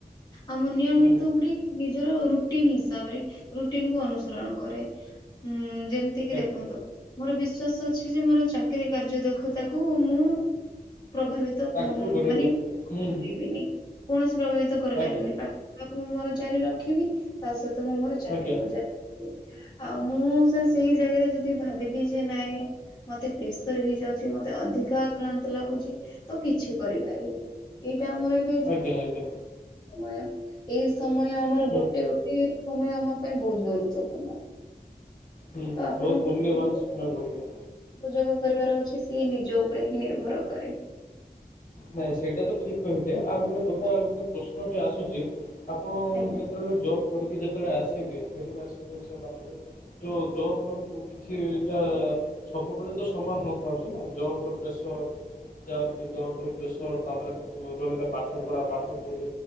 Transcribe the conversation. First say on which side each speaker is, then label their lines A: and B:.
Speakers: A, on the left; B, on the left.
A: ଆଉ ମୁଁ ନିୟମିତ
B: ହୁଁ
A: ଗୁଟେ ନିଜର ରୁଟିନ ହିସାବରେ ରୁଟିନକୁ ଅନୁସରଣ କରେ। ହୁଁ ଯେମିତିକିି
B: ଆଜ୍ଞା
A: ଦେଖନ୍ତୁ। ମୋର ବିଶ୍ଵାସ ଅଛି ଯେ ମୋର ଚାକିରୀ କାର୍ଯ୍ୟ ଦକ୍ଷତାକୁ ମୁଁ। ପ୍ରଭାବିତ
B: ଆଗକୁ
A: ଉଁ
B: ବଢ଼େଇବେ
A: ମାନେ
B: ହୁଁ
A: ପାରିବିନି। କୌଣସି ପ୍ରଭାବିତ କରିପାରିନି
B: ଆଜ୍ଞା
A: ପାଠପଢ଼ାକୁ ମୁଁ ମୋର ଜାରି ରଖିବି ତା ସହ ତ ମୁଁ ମୋର ଚାକିରୀକୁ
B: ଆଜ୍ଞା ହୁଁ
A: ଯାଇଥିବି। ଆଉ ମୁଁ ସେ ସେଇ ଜାଗାରେ ଯଦି ଭାବିବି ଯେ ନାଇଁ। ମତେ ପ୍ରେସର ହେଇଯାଉଛି ମତେ ଅଧିକା ଆକ୍ଲାନ୍ତ ଲାଗୁଛି ତ କିଛି କରିପାରିବିନି ଏ ଏଇଟା ଆମର ଏ
B: ଆଜ୍ଞା ଆଜ୍ଞା।
A: ସମୟ ଏଇ ସମୟ ଆମର
B: ହୁଁ
A: ଗୋଟେ ଗୋଟେ ସମୟ ଆମ ପାଇଁ ବହୁତ ଗୁରୁତ୍ୱପୂର୍ଣ୍ଣ।
B: ହୁଁ
A: ତ ଆପଣଙ୍କୁ
B: ବହୁତ ମୂଲ୍ୟବାନ
A: ସମୟ
B: ସୁନ୍ଦର ପଡ଼ିବ।
A: ଉପଯୋଗ କରିବାର ଅଛି ସିଏ ନିଜ ଉପରେ ହିଁ ନିର୍ଭର କରେ।
B: ନାଇଁ ସେଇଟା ତ ଠିକ କହିଲେ ଆଉ ଗୋଟେ କଥା ଗୋଟେ ପ୍ରଶ୍ନଟେ ଆସୁଛି। ଆପଣ
A: ଆଜ୍ଞା।
B: ଯେତେବେଳେ ଜବ କରିକି ଯେ ଯେତେବେଳେ ଆସିବେ ଫେରିବା ସବୁ ସାରିଲା ପରେ ଯୋ ଜବର ବୁ କିଛିଟା ସବୁବେଳେ ତ ସମାନ ନ ଥାଉଛି ନା ଜବ୍ ର ପ୍ରେସର ଯା ବି ହେଲେ ଜବ୍ ର ପ୍ରେସର ତାପରେ ର-ରହିଲା ପାଠ ପଢ଼ା ପାଠପଢ଼ି